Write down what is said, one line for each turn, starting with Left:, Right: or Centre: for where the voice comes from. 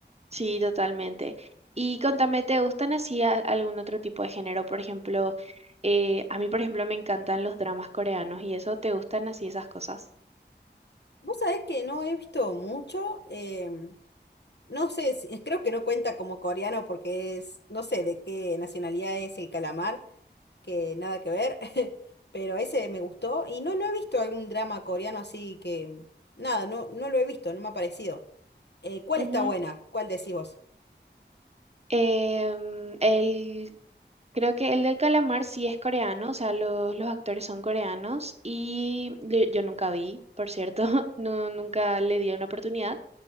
Right: Sí, totalmente. Y contame, ¿te gustan así a- algún otro tipo de género? Por ejemplo, eh, a mí, por ejemplo, me encantan los dramas coreanos y eso, ¿te gustan así esas cosas?
Left: Vos sabés que no he visto mucho, em, no sé, si- creo que no cuenta como coreano porque es, no sé de qué nacionalidad es el calamar, que nada que ver, <laughs> pero ese me gustó y no, no he visto algún drama coreano así que, nada, no, no lo he visto, no me ha parecido. Eh, ¿cuál
Right: Ujú.
Left: está buena? ¿Cuál decís vos?
Right: Em, el, creo que el del calamar sí es coreano, o sea, los, los actores son coreanos y yo, yo nunca vi, por cierto, <laughs> no, nunca le di una oportunidad,